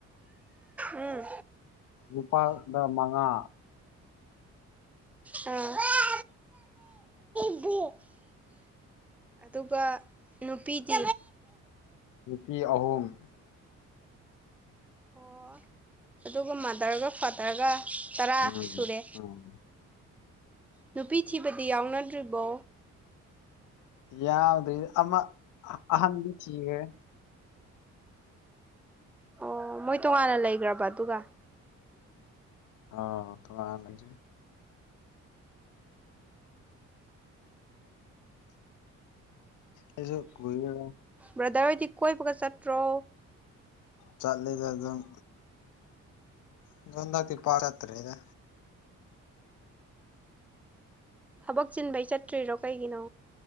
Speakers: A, in the centre; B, on the left.
A: ꯎꯝ
B: ꯅꯨꯨꯄꯥꯗ ꯃꯉꯥ
A: ꯑ <unintelligible> <unintelligible> ꯑꯗꯨꯒ ꯅꯨꯄꯤꯗꯤ
B: ꯅꯨꯄꯤ <inaudible>
A: ꯑꯣ ꯑꯗꯨꯒ ꯃꯥꯗꯔꯒ ꯐꯥꯗꯔꯒ ꯇꯔꯥ
B: ꯎꯝ
A: ꯁꯨꯔꯦ
B: ꯎꯝ
A: ꯅꯨꯄꯤ ꯊꯤꯕ ꯗꯤ ꯌꯥꯎꯅꯗ꯭ꯔꯤꯕꯣ
B: ꯌꯥꯎꯗ꯭ꯔꯤ ꯑꯃ ꯑꯍꯟꯗꯤ ꯊꯤꯔꯦ
A: ꯑꯣ ꯃꯣꯏ ꯇꯣꯉꯥꯟꯅ ꯂꯩꯒ꯭ꯔꯕ ꯑꯗꯨꯒ
B: ꯑ <unintelligible> ꯑꯩꯁꯨ ꯀꯨꯏꯔꯣꯏꯕ
A: ꯕ꯭ꯔꯗꯔ ꯍꯣꯏꯗꯤ ꯀꯣꯏꯕꯒ ꯆꯠꯇ꯭ꯔꯣ
B: ꯆꯠꯂꯤꯗ ꯑꯗꯨꯝ <unintelligible> ꯄꯥꯔꯛꯇ꯭ꯔꯦꯗ
A: ꯊꯕꯛ ꯆꯤꯟꯕꯩ ꯆꯠꯇ꯭ꯔꯤꯔꯣ ꯀꯩꯒꯤꯅꯣ